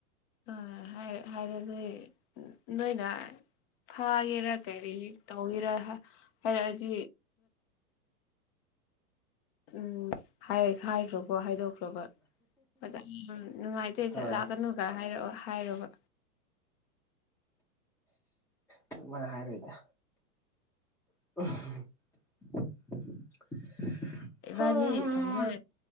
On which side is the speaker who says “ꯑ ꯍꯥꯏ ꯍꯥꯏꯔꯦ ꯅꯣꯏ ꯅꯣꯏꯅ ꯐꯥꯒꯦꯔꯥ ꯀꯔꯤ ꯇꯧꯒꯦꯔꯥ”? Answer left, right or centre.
Left